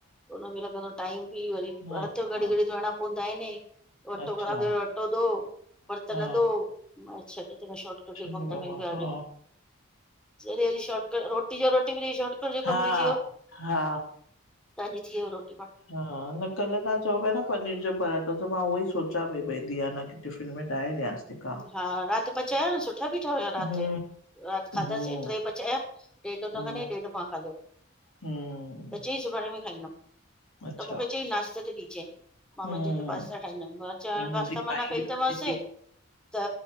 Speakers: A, in the centre; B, on the left.
A: हुनमे लॻंदो टाइम बि वरी
B: हा
A: हथ घड़ी
B: हा
A: घड़ी धोइणा पवंदा आहिनि <unintelligible>
B: अच्छा,
A: बर्तन
B: हा,
A: थो मां त छॾ त मां शार्टकट
B: छिंड
A: जो कमु
B: बाबा,
A: ता कयूं ता
B: हा,
A: अॼु जॾहिं शार्टकट रोटी जो रोटी बि थी शार्टकट जो
B: हा,
A: कम बि थी वियो
B: हा
A: <inaudible>
B: हा न कल तव्हां चओ पया न पनीर जो पराठा त मां उहोई सोचां पई धीअ खे टिफ़िन में ठाहे ॾियांसि थी का
A: हा रातु पचायो न सुठा बीठा हुयो रातु
B: हम्म,
A: जो रात खाधासी
B: हम्म,
A: टे पचाया ॾेढ हुन
B: हम्म,
A: खाध‌ईं ॾेढ मां खाधो‌‌
B: हम्म,
A: त चयईं सुभाणे बि खाईंदम
B: अच्छा,
A: त मूंखे चयईं नाश्ते ते ॾिजएं मां
B: हम्म,
A: मंझद जो पास्ता ठाहींदम मां चयो हाणे
B: ऐं मुंहिंजी
A: पास्ता मना
B: माई
A: कई
B: बि खाए
A: <unintelligible>
B: थी
A: त